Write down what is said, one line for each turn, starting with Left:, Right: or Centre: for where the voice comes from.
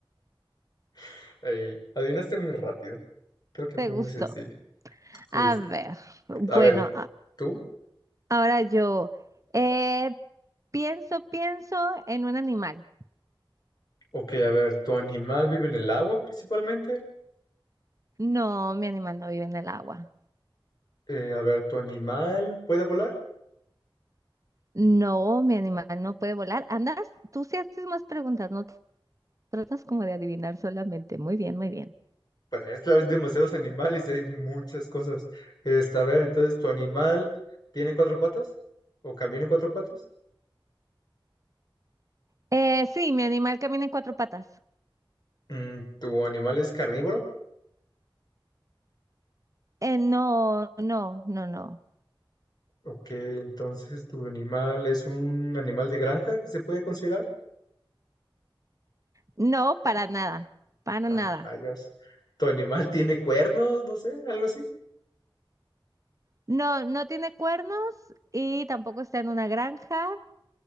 Left: <laughs> Ey, adivinaste muy rápido. Creo que
Right: ¿Te
Left: fue
Right: gustó?
Left: muy sencillo. Sí,
Right: A
Left: sí.
Right: ver, bueno,
Left: A ver,
Right: a-
Left: ¿tú?
Right: ahora yo eh, pienso, pienso en un animal.
Left: Ok, a ver, ¿tu animal vive en el agua principalmente?
Right: No, mi animal no vive en el agua.
Left: Eh, a ver, ¿tu animal puede volar?
Right: No, mi animal no puede volar. Andas, tú sí haces más preguntas, no tratas como de adivinar solamente. Muy bien, muy bien.
Left: Pues es que hay demasiados animales y hay muchas cosas. Esta, a ver, entonces, ¿tu animal tiene cuatro patas? ¿O camina en cuatro patas?
Right: Eh, sí, mi animal camina en cuatro patas.
Left: Mm, ¿Tu animal es carnívoro?
Right: Eh, no, no, no, no.
Left: Ok, entonces, ¿tu animal es un animal de granja que se puede considerar?
Right: No, para nada, para
Left: Ah,
Right: nada.
Left: rayas. ¿Tu animal <laughs> tiene cuernos? No sé, algo así.
Right: No, no tiene cuernos y tampoco está en una granja.